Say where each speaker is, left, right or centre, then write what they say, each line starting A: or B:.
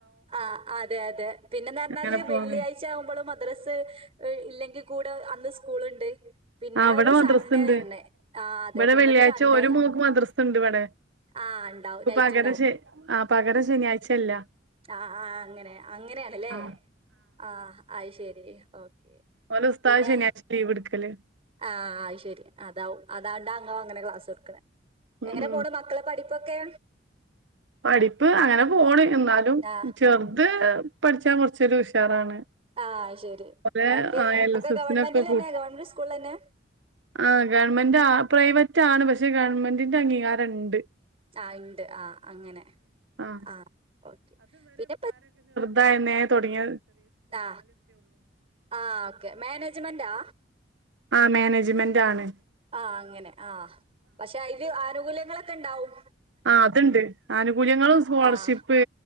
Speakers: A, on the right (about 35°); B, on the right (about 70°).
A: ആ അതെ യതെ പിന്നെന്ന് പറഞ്ഞാല്
B: അങ്ങനെ പോവേ
A: വെള്ളിയാഴ്ച ആകുമ്പോള് മദ്രസ് ഇല്ലെങ്കിൽ കൂടെ അന്ന് സ്കൂള്ണ്ട് പിന്നെ
B: ആ വടെ
A: ഒരു
B: മദ്രസ്ണ്ട്
A: സൺഡേ വരണേ. ആഹ് അതെ.
B: ഇവിടെ
A: പിന്നൊരു
B: വെള്ളിയാഴ്ച
A: സൺഡേ
B: ഒരു മോക്ക് മദ്രസ്ണ്ട് വടെ
A: ആഹ് ഇണ്ടാവും നൈറ്റ്
B: പകരം ശേ ആ പകരം ശനിയാഴ്ച ല്ല
A: ആ ആ അങ്ങനെ അങ്ങനെണ്ല്ലേ
B: ആ
A: ആ അഅ് ശരി ആ
B: ഓലെ ഉസ്താദ്
A: പിന്നെ
B: ശനിയാഴ്ച ലീവ് എടുക്കല്
A: ആ അഅ് ശരി അതാവും അതാണ്ട ഇങ്ങൾ അങ്ങനെ ക്ലാസ് ട്‌ക്ക്ണെ
B: ഉം
A: എങ്ങനെ
B: ഉം
A: പോണ് മക്കള് പഠ പ്പൊക്കെ
B: പഠിപ്പ് പോണ് എന്നാലും
A: ആഹ്
B: ചെറ്ത് പഠിച്ചാ കൊർ ച്ചൊരു ഉഷാറാണ്
A: ആഹ് അത് ശരി
B: വെ
A: ഓക്കെ
B: അ എൽസ്
A: ഒക്കെ ഗവൺമെന്റിലന്നെ
B: സ്നോക്കെ കൂട്ടി
A: ഗവൺമെന്റ് സ്കൂളിലന്നെ
B: ആ ഗവർമൻ്റാ പ്രൈവറ്റാണ് പ ച്ച് ഗവൺമെന്റിന്റെ അംഗീകാരണ്ട്
A: ആ <unintelligible> ണ്ട് ആ അങ്ങനെ
B: ആഹ്
A: ആ ഒക്കെ പിന്നെപ്പ
B: തായനെ തൊടങ്ങി
A: ആ ആ ഓക്കെ മാനേജ്മെന്റാ
B: ആ മാനേജ്മെൻ്റാണ്
A: ആ അങ്ങനെ ആപക്ഷെ അയ്ല് ആനുകൂല്യങ്ങളൊക്കെ ണ്ടാവും
B: ആ അത്ണ്ട് ആനുകൂല്യങ്ങളും സ്കോളർഷിപ്പ്
A: ആഹ്